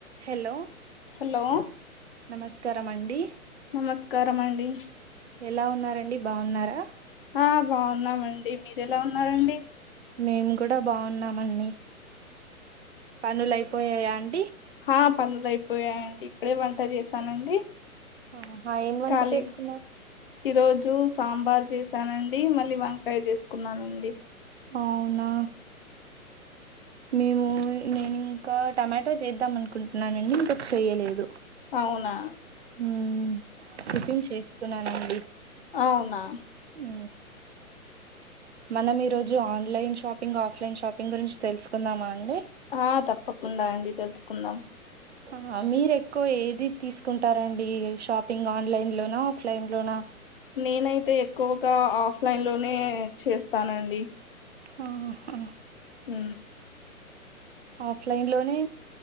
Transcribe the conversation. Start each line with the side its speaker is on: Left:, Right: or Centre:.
Right: Hello
Left: hello
Right: నమస్కారం అండి
Left: నమస్కారం అండి
Right: ఎలా ఉన్నారండి బాగున్నారా
Left: హా బాగున్నామండి మీరు ఎలా ఉన్నారండి
Right: మేము కూడా బాగున్నామండి పనులు అయిపోయాయా ఆన్
Left: హా పనులు అయిపోయాయండి ఇప్పుడే వంట చేశానండి
Right: ఆహా ఏం వంట
Left: ఖాళీ
Right: చేసుకున్నారు
Left: ఈరోజు సాంబార్ చేసానండి మళ్ళీ వంకాయ చేస్ కున్నానండి
Right: అవునా మేము నేను ఇంకా టమాటో చేద్దాం అనుకుంటున్నానండి ఇంకా చేయలేదు
Left: అవునా
Right: ఊ టిపిన్ చేసుకున్నానండి
Left: అవునా
Right: ఉ మనం ఈరోజు జు ఆన్లైన్ షాపింగ్ ఆఫ్లైన్ షాపింగ్ గురించి తెలుసుకుందామా అండి
Left: ఆ తప్పకుండా అండి తెలుసుకుందాం
Right: హా హా మీరు ఎక్కువ ఏది తీసుకుంటారండి షాపింగ్ ఆన్లైన్ లోనా ఆఫ్లైన్ లోనా
Left: నేనైతే ఎక్కువగా ఆఫ్ లైన్ లోనే చేస్తానండి
Right: ఆహా
Left: ఉ
Right: ఆఫ్లైన్ లోనే